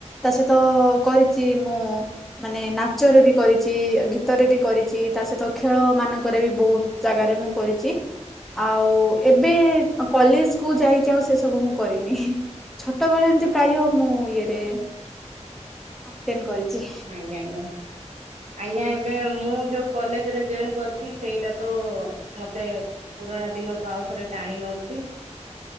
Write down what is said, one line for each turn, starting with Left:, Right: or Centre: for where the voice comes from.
Centre: ତା ସହିତ କରିଛି ମୁଁ ମାନେ ନାଚରେ ବି କରିଛି ଗୀତରେ ବି କରିଛି ତା ସହିତ ଖେଳ ମାନଙ୍କରେ ବି ବହୁତ ଜାଗାରେ ମୁଁ କରିଛି। ଆଉ ଏବେ କଲେଜ କୁ ଯାଇକି ଆଉ ସେ ସବୁ ମୁଁ କରିନି। ଛୋଟ ବଳେ ଏମିତି ପ୍ରାୟ ମୁଁ ଇଏରେ ଅଟେନ୍ କରିଛି।
Right: ଆଜ୍ଞା ଆଜ୍ଞା। ଆଜ୍ଞା ଏବେ ମୁଁ ଯୋଉ କଲେଜରେ ଜଏନ କରଚି ସେଇଟା ତ ମତେ ପୁରୁଣା ଦିନକୁ ଆଉ ଥରେ ଟାଣି ନଉଚି।